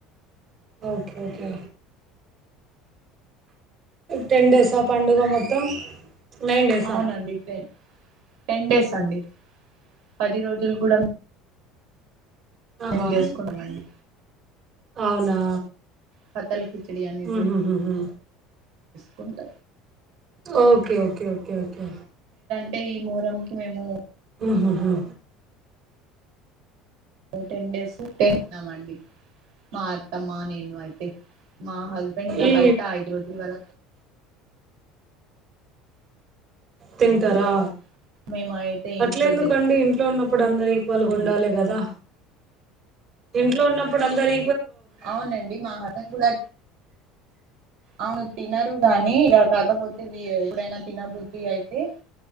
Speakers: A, on the right; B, on the right.
A: ఓకే ఓకే టెన్ డేస్ ఆ పండుగ మొత్తం. నైన్ డేసా
B: అవునండి టన్ టెన్ డేస్ అండి. పది రోజులు కూడా
A: ఆహా!
B: మేము చేసుకున్నామండి
A: అవునా
B: పతళ్ కిచిడి అండి ఇది
A: ఉహుహుహు
B: వంట
A: ఓకే ఓకే ఓకే ఓకే
B: వెళ్ళి మోహారంకి మేము
A: మ్ హు హూ
B: టెన్ డేస్ ఉన్నామండి మా అత్తమ్మా నేను అయితే మా హస్బెండ్ ఇంగ
A: ఈ
B: బయట ఐదు రోజుల వరకు
A: తింటారా?
B: అండి మేము అయితే ఇంట్లో
A: అట్లేందుకండి ఇంట్లో ఉన్నప్పుడు అందరూ ఈక్వల్గా
B: చేసుకుంటామండి
A: ఉండాలి కదా? ఇంట్లో ఉన్నప్పుడు అందరి
B: అవునండి మా ఆయన కూడా అవును తినరు గానీ ఇక కాకపోతే ఎప్పుడైనా తినబుద్ధి అయితే